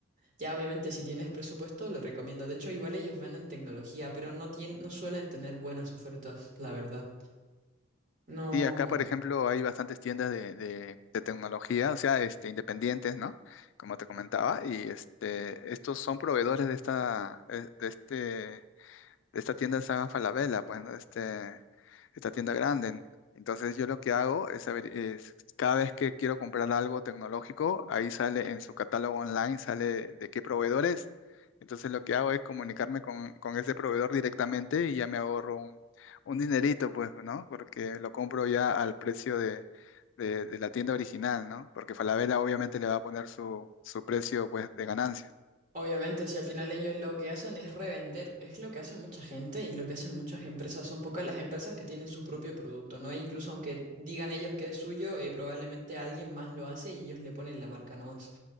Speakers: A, on the right; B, on the left.
A: Ya, obviamente, si tienes presupuesto, le recomiendo. De hecho, igual ellos venden tecnología, pero no tienen, no suelen tener buenas ofertas, la verdad. No,
B: Sí, acá, por ejemplo, hay bastantes tiendas de, de- de tecnología, o sea, este, independientes, ¿no? Como te comentaba, y este, estos son proveedores de esta, eh, de este esta tienda es Saga Falabella, bueno, este, esta tienda grande. Entonces yo lo que hago es, aver- es cada vez que quiero comprar algo tecnológico, ahí sale en su catálogo online, sale de qué proveedor es. Entonces lo que hago es comunicarme con, con ese proveedor directamente y ya me ahorro un, un dinerito, pues, ¿no? Porque lo compro ya al precio de, de- de la tienda original, ¿no? Porque Falabella obviamente le va a poner su, su precio, pues, de ganancia.
A: obviamente, si al final ellos lo que hacen es revender, es lo que hace mucha gente y lo que hacen muchas empresas. Son pocas las empresas que tienen su propio producto, ¿no? E incluso aunque digan ellos que es suyo, eh, probablemente alguien más lo hace y ellos le ponen la marca nomás.